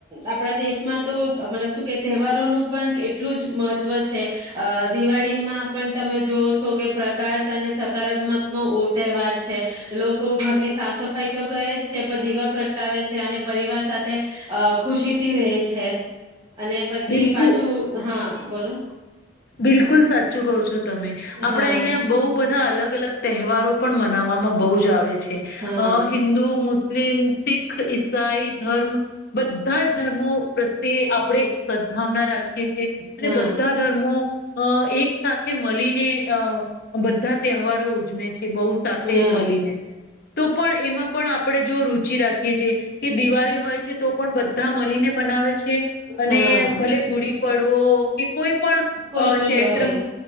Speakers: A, on the right; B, on the left.
A: આપણા દેશમાં તો મતલબ શું કે તહેવારોનું પણ એટલું જ મહત્વ છે. અ દિવાળીમાં પણ તમે જોવ છો કે પ્રકાશ અને સકારાત્મક નો તહેવાર છે. લોકો ઘરની સાફ સફાઈ તો કરે જ છે પણ દીવા પ્રગટાવે છે. અને પરિવાર સાથે અ ખુશીથી રહે છે. અને પછી
B: બિલકુલ
A: પાછું. હા બોલો
B: બિલકુલ સાચું કહ છો. તમે આપડા
A: હા
B: અહિયાં બહુ બધા અલગ અલગ તહેવારો પણ મનાવવામાં બહુ જ જ આવે છે
A: હા
B: હિન્દુ, મુસ્ મુસ્લિમ, શીખ, ઈસાઈ ધર્મ. બધા જ ધર્મો પ્રત્યે આપણે સદભાવના રાખી. છે અને
A: હા
B: બધા ધર્મો અ એક સાથે મળીને અ બધા તહેવારો ઉજમે છે બહુ સાથે
A: હા
B: મળીને. તો પણ એમાં પણ આપણે જો રુચિ રાખીએ છીએ, કે દિવાળી હોય છે તો પણ બધા મળીને મનાવે છે, અને
A: હા
B: ભલે ગુડી પડ ડવો કે કોઈ પણ
A: કોઈ
B: અ
A: પણ
B: ચૈત્ર,
A: હોય